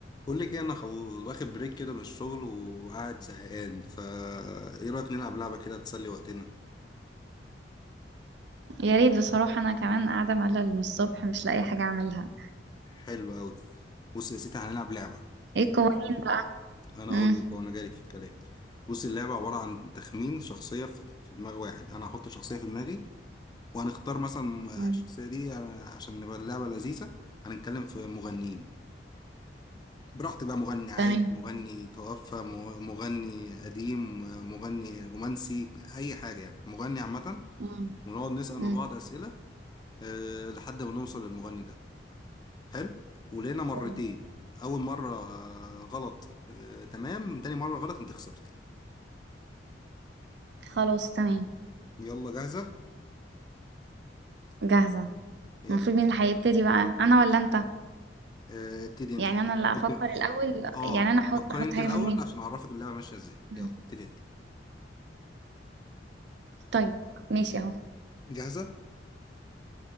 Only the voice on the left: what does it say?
بقول لك ايه انا خل- واخد بريك كده من الشغل وقاعد زهقان فا ايه رايك نلعب لعبه كده تسلي وقتنا
حلو قوي بص يا سيدي هنلعب لعبه
انا
اقول لك وانا جايلك في الكلام بص اللعبه عباره عن تخمين شخصيه في في دماغ واحد انا هحط شخصيه في دماغي وهنختار مثلا
الشخصيه دي آه، عشان نبقى اللعبه لذيذه هنتكلم في مغنيين براحتك بقى مغني عايش
مغني توفى مغ- مغني قديم مغني رومانسي اي حاجه يعني مغني عامه
ونقعد نسأل
لبعض أسئلة آه، لحد ما نوصل للمغني ده حلو ولقينا مرتين
اول مره آه، غلط آه، تمام تاني مره غلط انت خسرتي
يلا جاهزه
يلا
آه، ابتدي انت
حطي
حطي-
اه
فكري
انت
الاول
عشان اعرفك اللعبه ماشيه ازاي
يلا ابتدي انت
جاهزه